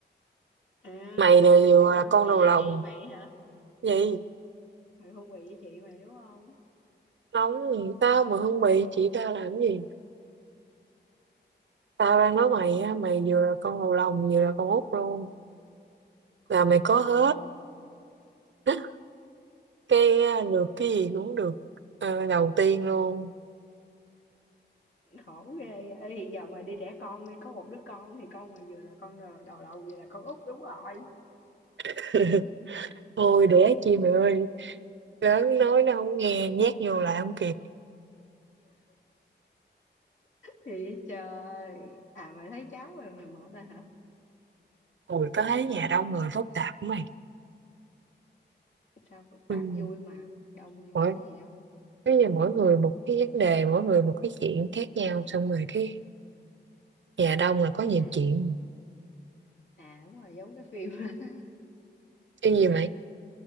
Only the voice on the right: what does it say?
Mày
là,
vừa
là con
đầu
lòng.
Vậy,
không, tao mà không bị chị tao làm gì? Tao đang nói mày á, mày vừa là con đầu lòng vừa là con út luôn. Là mày có hết. <laughs> Cái à, được cái gì cũng được ờ, đầu tiên luôn.
<laughs> Thôi đẻ chi mày ơi. Lớn nói nó không nghe, nhét vô lại không kịp.
Ui, tao thấy nhà đông người phức tạp của mày.
Ừ.
Mỗi,
bây giờ mỗi người một cái vấn đề, mỗi người một cái chuyện khác nhau. Xong rồi cái nhà đông là có nhiều
chuyện.
Cái gì mày?